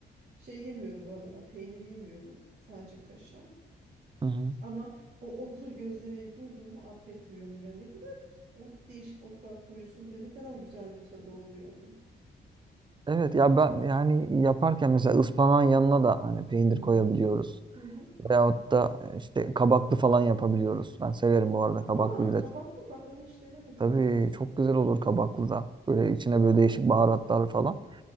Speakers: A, on the right; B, on the right.
A: Şey yemiyorum bu arada ben peynir yemiyorum. Sadece kaşar.
B: Hı hı.
A: Ama o otlu gözlemeyi buldum mu affetmiyorum. Yani ne kadar o değişik otlar koyuyorsunuz ve ne kadar güzel bir tadı oluyor onun.
B: Evet ya ben yani yaparken mesela ıspanağın yanına da hani peynir
A: Hmm.
B: koyabiliyoruz.
A: Hı hı.
B: Veyahut da işte kabaklı falan yapabiliyoruz. Ben severim bu arada kabaklıyı
A: Aa
B: da.
A: kabaklı bak onu hiç denemedim
B: Tabii
A: ben.
B: çok güzel olur kabaklı da. Böyle içine
A: Aa.
B: böyle değişik baharatlar falan.